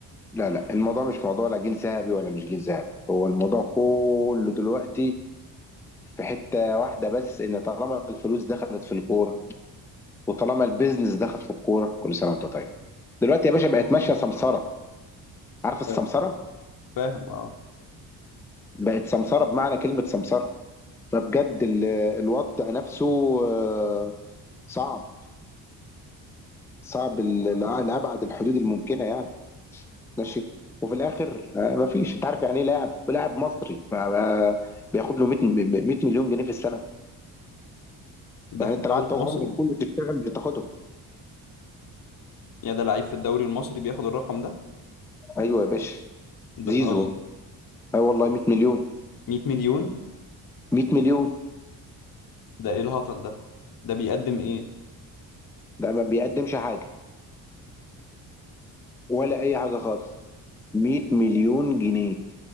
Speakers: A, in the centre; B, on the left.
A: لا لا الموضوع مش موضوع لا جيل ذهبي ولا مش جيل ذهبي هو الموضوع كله دلوقتي في حته واحده بس ان طالما الفلوس دخلت في الكوره وطالما البيزنس دخل في الكوره كل سنه وانت طيب دلوقتي يا باشا بقت ماشيه سمسره عارف السمسره
B: اه. فاهم اه
A: بقت سمسرة بمعنى كلمة سمسرة فبجد ال- الوضع نفسه آه، صعب صعب ل- لأبعد الحدود الممكنة يعني ماشي وفي الآخر آه، مفيش أنت عارف يعني إيه لاعب لاعب مصري ما- ما- بياخد له 100 م- 100 مليون جنيه في السنة
B: ده
A: يعني
B: في الدوري
A: أنت لو قعدت عمرك
B: المصري
A: كله تشتغل مش هتاخدهم
B: يا ده لعيب في الدوري المصري بياخد الرقم ده
A: أيوه يا باشا
B: بتهزر
A: زيزو أي والله 100 مليون
B: 100 مليون
A: 100 مليون
B: ده ايه الهطل ده ده بيقدم ايه
A: ده ما بيقدمش حاجة ولا أي حاجة خالص 100 مليون جنيه